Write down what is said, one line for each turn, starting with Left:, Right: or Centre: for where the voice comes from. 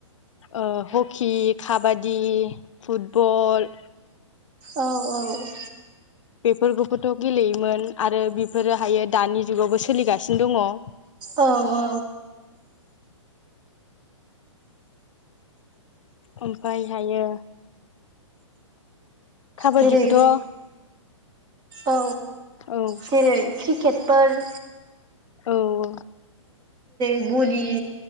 Left: ओ हकि, काबादि, फुटबल
Right: औ औ
Left: बेफोरखौबोथ' गेलेयोमोन आरो बेफोरोहायो दानि जुगावबो सोलिगासिनो दङ‌।
Right: औ औ
Left: ओमफायहायो काबादिखौथ'
Right: जेरै औ
Left: औ
Right: जेरै क्रिकेटफोर
Left: औ औ
Right: भलि